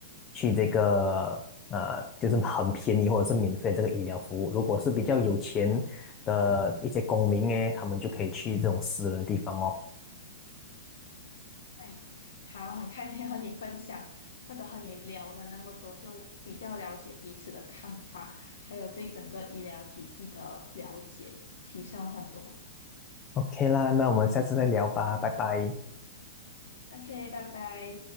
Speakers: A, on the left; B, on the left.
A: 去这个呃，就是很便宜或者是免费的这个医疗服务。如果是比较有钱的一些公民诶，他们就可以去这种私人的地方哦。
B: 对，好，很开心和你分享，或者和你聊了那么多，就比较了解彼此的看法，还有对整个医疗体系的了解，提升很多。
A: OK 啦，那我们下次再聊吧，拜拜。
B: OK，拜拜。